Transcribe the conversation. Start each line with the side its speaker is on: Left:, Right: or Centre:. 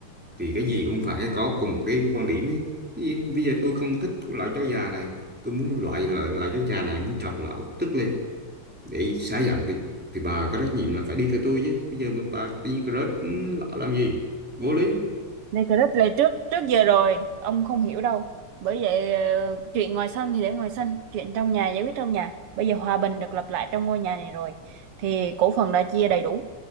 Centre: thì cái gì cũng phải có cùng một cái quan điểm ấy. Ý- bây giờ tôi không thích của loại chó già này tôi muốn loại loại, loại chó già này muốn cho lão tức lên để xả giận thì thì bà có trách nhiệm là phải đi theo tôi chứ bây giờ bà tự nhiên rớt lão làm gì vô lý
Right: Đây crush là trước trước giờ rồi, ông không hiểu đâu. Bởi vậy ờ, chuyện ngoài sân thì để ngoài sân, chuyện trong nhà giải quyết trong nhà. Bây giờ hòa bình được lập lại trong ngôi nhà này rồi thì cổ phần đã chia đầy đủ.